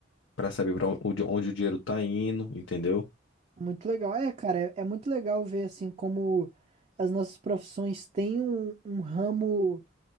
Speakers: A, on the left; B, on the right.
A: Para saber para onde, onde o dinheiro está indo, entendeu?
B: Muito legal. É, cara, é, é muito legal ver assim como as nossas profissões têm um, um ramo